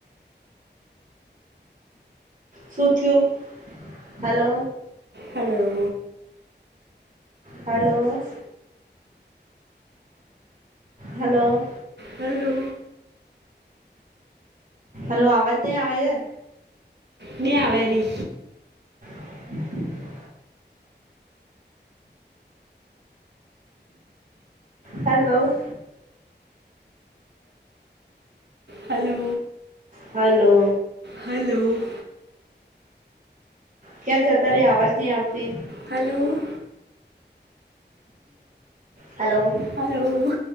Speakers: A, on the right; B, on the right.
A: શું થયું hello
B: hello
A: hello hello
B: hello
A: hello અવાજ નહી આવે એ
B: ને આવે રી
A: <inaudible> હલો
B: હલો
A: હલો
B: હલો
A: ક્યાં જતા રે અવાજ નહ આવતી
B: હલોલો
A: હલો
B: હલો